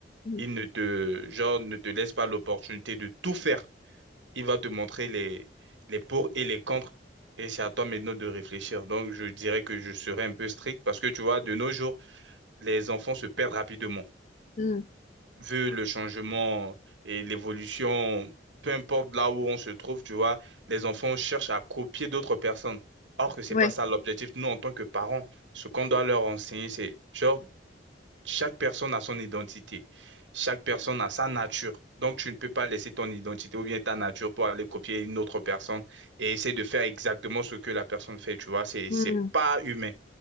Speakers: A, on the left (about 40°); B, on the right (about 80°).
A: mm,
B: il ne te, genre, ne te laisse pas l'opportunité de tout faire il va te montrer les, les pour et les contre. Et c'est à toi maintenant de réfléchir. Donc, je dirais que je serais un peu strict parce que tu vois, de nos jours, les enfants se perdent rapidement.
A: mm.
B: Vu le changement et l'évolution, peu importe là où on se trouve, tu vois, les enfants cherchent à copier d'autres personnes. Or que c'est
A: Ouais.
B: pas ça l'objectif. Nous, en tant que parents, ce qu'on doit leur enseigner, c'est genre chaque personne a son identité. Chaque personne a sa nature. Donc, tu ne peux pas laisser ton identité ou bien ta nature pour aller copier une autre personne et essayer de faire exactement ce que la personne fait. Tu vois, c'est,
A: Mmh.
B: c'est pas humain.